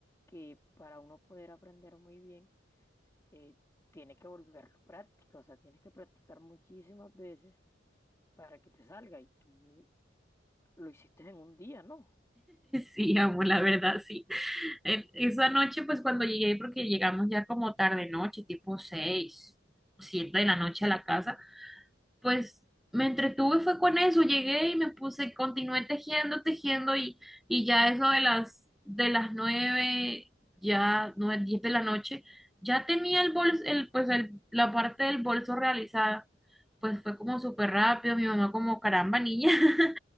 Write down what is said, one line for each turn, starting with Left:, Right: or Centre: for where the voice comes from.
Left: que para uno poder aprender muy bien, eh, tiene que volverlo práctica, o sea, tienes que practicar muchísimas veces para que te salga y tú lo hiciste en un día, ¿no?
Centre: Sí, amor, la verdad, sí. En- Esa noche, pues, cuando llegué, porque llegamos ya como tarde noche, tipo seis, siete de la noche a la casa. pues me entretuve fue con eso, llegué y me puse, continué tejiendo, tejiendo y, y ya eso de las de las nueve, ya nueve, diez de la noche, ya tenía el bolso, el, pues el, la parte del bolso realizada. Pues fue como súper rápido, mi mamá como, caramba, niña, <laughs>